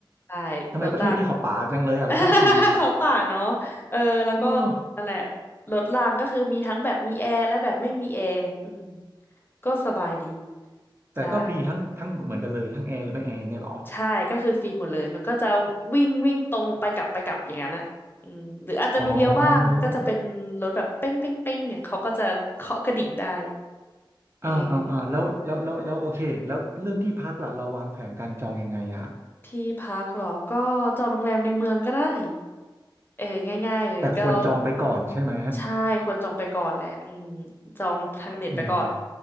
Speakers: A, on the left; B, on the right.
A: ใช่รถราง
B: ทำไมประเทศนี้เขาป่าจังเลยอ่ะรถนั่งฟรี
A: <laughs> เขาป่าเนาะเออแล้วก็นั่นแหละ
B: เออ
A: รถรางก็คือมีทั้งแบบมีแอร์และแบบไม่มีแอร์อืมก็สบายดี
B: แต่ก็ฟรีทั้งทั้งเหมือนกันเลยทั้งแอร์หรือไม่แอร์ไงยเหรอ
A: ใช่ ใช่ก็คือฟรีหมดเลยมันก็จะวิ่งวิ่งตรงไปกลับไปกลับอย่างนั้นอะอืมหรืออาจจะมีเลี้ยวบ้างก็จะเป็นรถแบบเป้งเป้งเป้งเนี่ยเขาก็จะเคาะกระดิ่งได้
B: อ๋อ
A: เออ
B: อ่าอ่าอ่าแล้วแล้วแล้วแล้วโอเคแล้วเรื่องที่พักล่ะเราวางแผนการจองยังไงอ่ะ
A: ที่พักเหรอก็จองโรงแรมในเมืองก็ได้เออง่ายๆเลยก็
B: แต่ควรจองไปก่อนใช่ไหม
A: ใช่ควรจองไปก่อนแหละอืมจองทางเน็ตไปก่อน
B: อืม